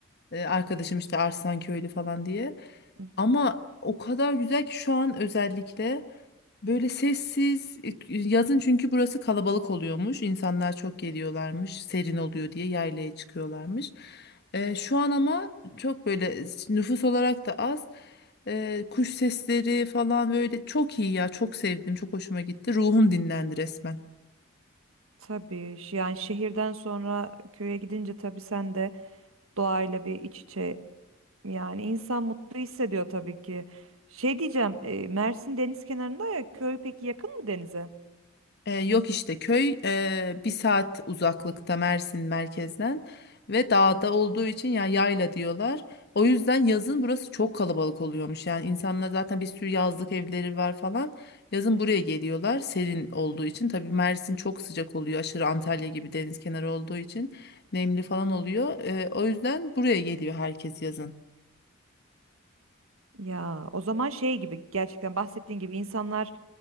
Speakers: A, on the left; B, on the right.
A: e, arkadaşım işte Arslanköylü falan diye.
B: Hı
A: Ama
B: hı.
A: o kadar güzel ki şu an özellikle. Böyle sessiz e, e, yazın çünkü burası kalabalık oluyormuş. İnsanlar çok geliyorlarmış. Serin oluyor diye yaylaya çıkıyorlarmış. E, şu an ama çok böyle e, nüfus olarak da az. E, kuş sesleri falan böyle çok iyi ya. Çok sevdim. Çok hoşuma gitti. Ruhum dinlendi resmen.
B: Tabii ş- yani şehirden sonra köye gidince tabii sen de doğayla bir iç içe yani insan mutlu hissediyor tabii ki. Şey diyeceğim, e, Mersin deniz kenarında ya köy peki yakın mı denize?
A: E, yok işte köy e, bir saat uzaklıkta Mersin merkezden ve dağda olduğu için ya yayla diyorlar. O yüzden yazın burası çok kalabalık oluyormuş. Yani insanlar zaten bir sürü yazlık evleri var falan. Yazın buraya geliyorlar serin olduğu için. Tabii Mersin çok sıcak oluyor aşırı Antalya gibi deniz kenarı olduğu için nemli falan oluyor. E, o yüzden buraya geliyor herkes yazın.
B: Ya o zaman şey gibi gerçekten bahsettiğin gibi insanlar